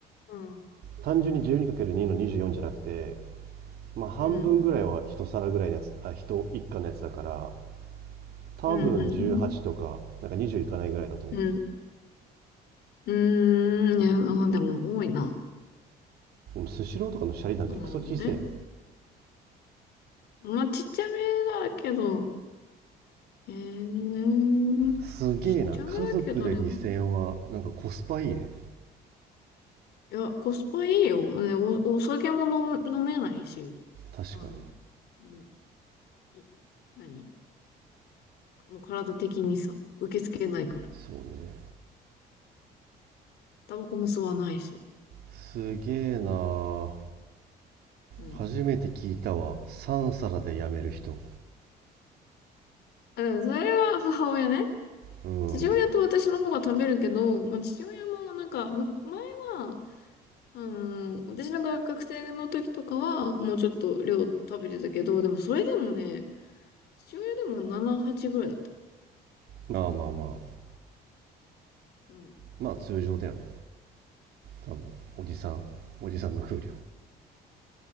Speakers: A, on the left; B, on the right.
A: うん。
B: 単純にじゅうにかける2の24じゅうよんじゃなくて、まあ、半分ぐらいは1皿ぐらいのやつあ1、
A: うん。
B: 1貫のやつだから多分18とかなんか20いかないぐらいだと思う
A: うん。うん。うん。うん。うーんいや、あでも多いな。
B: スシローとかのシャリなんてクソ小さいやん
A: なるほどね。まあ、ちっちゃめだけど、えー、
B: すげえな家族で2000はなんかコスパいいね
A: ちっちゃめだけどでも、いや、コスパいいよ。ね、お、お酒も飲む、飲めないし、
B: 確かに
A: あの、もう、い、何もう体的にさ、受け付けないから。
B: そうね
A: タバコも吸わないし。
B: すげえな
A: うん。
B: 初めて聞いたわ3皿でやめる人
A: だからそれは母親ね。
B: うん
A: 父親と私の方が食べるけど、まあ、父親もなんか、む前は、あの、私の学学生の時とかは、もうちょっと量食べてたけど、でもそれでもね、父親でも7、8ぐらいだった。
B: まあまあまあ
A: うん。
B: まあ通常だよね多分おじさんおじさんの給量